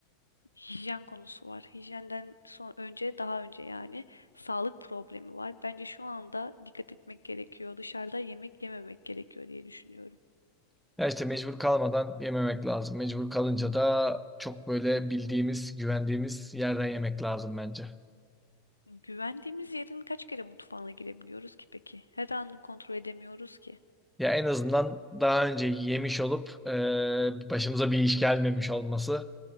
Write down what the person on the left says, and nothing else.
Hijyen konusu var. Hijyenden son önce daha önce yani sağlık problemi var. Bence şu anda dikkat etmek gerekiyor. Dışarıda yemek yememek gerekiyor diye düşünüyorum.
Güvendiğimiz yerin kaç kere mutfağına girebiliyoruz ki peki? Her anını kontrol edemiyoruz ki.